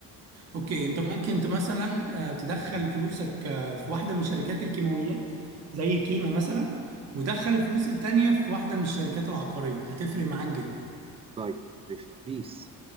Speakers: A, on the right (about 45°); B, on the right (about 15°).
A: اوكي انت ممكن انت مثلا آه، تدخل فلوسك آه، في واحدة من شركات الكيماويات زي كيما مثلا ودخل الفلوس التانية في واحدة من الشركات العقارية هتفرق معاك جدا
B: طيب قشطة بيس